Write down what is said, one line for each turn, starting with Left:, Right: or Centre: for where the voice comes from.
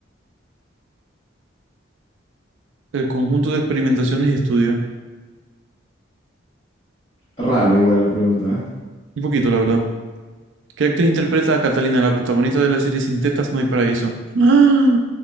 Right: El conjunto de experimentaciones y estudios.
Left: Rara igual la pregunta, ¿eh?
Right: Un poquito, la verdad. ¿Qué actriz interpreta a Catalina, la protagonista de la serie Sin tetas no hay paraíso? <gasps> ¡Ah!